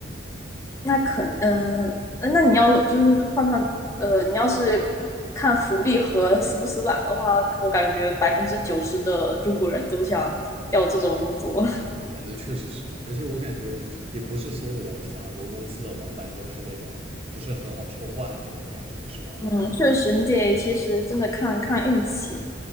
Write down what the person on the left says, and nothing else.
那可嗯、那那你要就是换上，呃，你要是看福利和死不死板的话，我感觉百分之九十的中国人都想要这种工作。<laughs>
嗯，确实，你得其实真的看看运气。